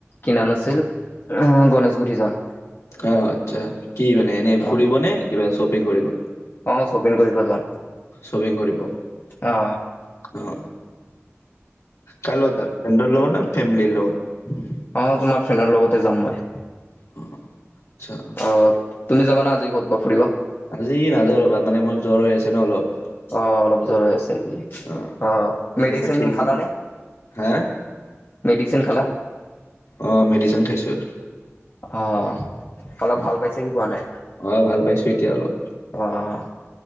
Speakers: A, on the left; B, on the left.
A: কি নাম আছিল এ গণেশগুৰি যাম।
B: আহ আচ্ছা কি মানে এনে
A: অ
B: ফুৰিব নে কিবা শ্বপিং কৰিব?
A: অ শ্বপিং কৰিব যাম
B: শ্বপিং কৰিব।
A: অ
B: অ', কাৰ লগত ফ্ৰেণ্ড লগত ন ফেমিলি লগত?
A: অ', তোমাৰ ফ্ৰেণ্ডৰ লগতে যাম মই।
B: অ', আচ্ছা।
A: অ', তুমি যাবানে আজি ক'ত বা ফুৰিব?
B: আজি নাযাওঁ ৰ'বা মানে মোৰ জ্বৰ হৈ আছে ন অলপ।
A: অ', অলপ জ্বৰ হৈ আছে নেকি,
B: অ,
A: আহ মেডিচিন
B: জ্বৰ ঠিক
A: খালানে?
B: হা
A: মেডিচিন খালা?
B: অ', মেডিচিন খাইছোঁ।
A: অ', অলপ
B: অ',
A: ভাল পাইছে কি কোৱা নাই
B: অ ভাল পাইছোঁ এতিয়া অলপ
A: অ'?